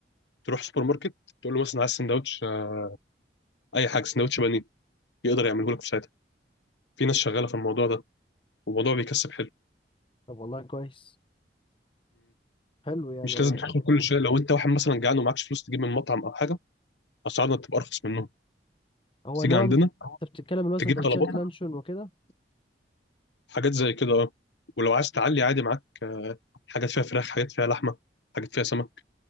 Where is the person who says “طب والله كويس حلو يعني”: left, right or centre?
Left